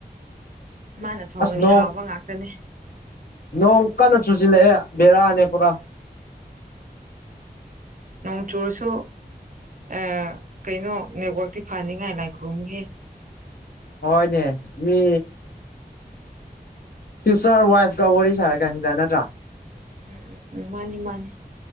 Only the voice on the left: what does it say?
ꯑꯁ ꯅꯣꯡ
ꯅꯣꯡ ꯀꯟꯅ ꯆꯨꯖꯤꯜꯂꯛꯑꯦ ꯕꯦꯔꯥꯅꯦ ꯄꯨꯔꯥ
ꯍꯣꯏꯅꯦ ꯃꯤ ꯐ꯭ꯌꯨꯆꯔ ꯋꯥꯏꯐꯀꯥ ꯋꯥꯔꯤ ꯁꯥꯔꯤ ꯀꯥꯟꯁꯤꯗ ꯅꯠꯇ꯭ꯔꯥ